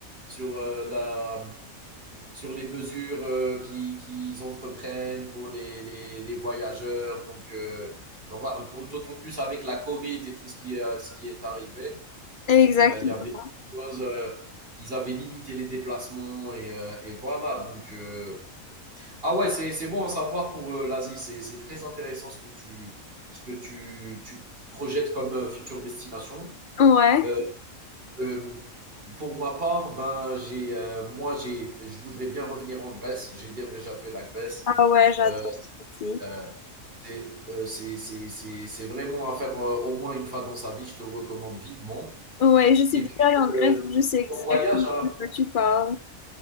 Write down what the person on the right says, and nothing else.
sur, heu, la sur les mesures, heu, qui qu'ils entreprennent pour les les les voyageurs donc heu, donc voilà, d'aut d'autant plus avec la covid et tout ce qui est, ce qui est arrivé.
Euh, il y avait chose, euh, ils avaient limité les déplacements et, euh, et voilà. Donc, euh, ah ouais, c'est, c'est bon à savoir pour euh, l'Asie. C'est, c'est très intéressant ce que tu, ce que tu, tu projettes comme euh, future destination.
Euh, euh, pour ma part, ben, j'ai, euh, moi, j'ai, je voudrais bien revenir en Grèce. J'ai déjà fait la Grèce.
Euh,
euh, c'est, euh, c'est, c'est, c'est, c'est vraiment à faire euh, au moins une fois dans sa vie. Je te recommande vivement.
Et
puis,
euh,
ton voyage, hein,